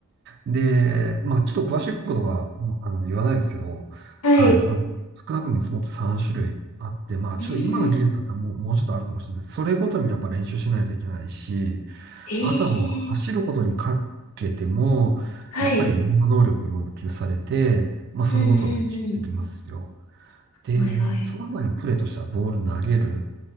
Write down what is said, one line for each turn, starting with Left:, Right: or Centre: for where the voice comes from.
Right: で、まあ、ちょっと詳しいことは、もう、あの、言わないですけど、
Left: はい。
Right: はい、あの、少なく見積もって3種類あって、まあ、
Left: うん。
Right: ちょっと今の技術だったらもう、もうちょっとあるかもしれない。それごとにやっぱ練習しないといけないし、
Left: ええ
Right: あとはもう走ることにかけても、
Left: はい。
Right: やっぱりいろんな能力要求されて、まあ、
Left: うんうん
Right: それごとに練習してきますよ。で、
Left: うん。はいはい。
Right: その他にもプレーとしてはボール投げる、